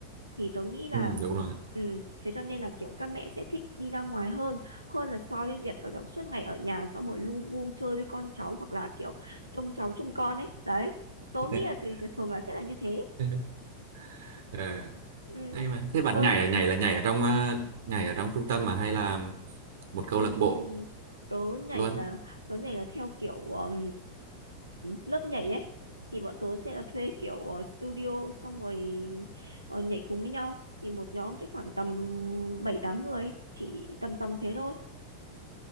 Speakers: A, on the right; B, on the right.
A: thì tớ nghĩ là
B: ừ, đúng rồi
A: ừ, thế cho nên là kiểu các mẹ sẽ thích đi ra ngoài hơn hơn là so với việc kiểu kiểu suốt ngày ở nhà xong rồi lu bu chơi với con cháu hoặc là kiểu trông cháu trông con ấy đấy tớ
B: <laughs>
A: nghĩ là thì thì thường là sẽ là như thế
B: <laughs> Ờ,
A: ừ.
B: hay mà thế bạn
A: ơi
B: nhảy là nhảy là nhảy ở trong ờ, nhảy ở trong trung tâm mà hay là một câu
A: ừm,
B: lạc bộ
A: tớ nhảy
B: luôn
A: là tớ nhảy là theo kiểu ừm, lớp nhảy ấy thì bọn tớ sẽ là thuê kiểu ờ, studio xong rồi ờ, nhảy cùng với nhau thì một nhóm sẽ khoảng tầm bảy tám người chỉ tầm tầm thế thôi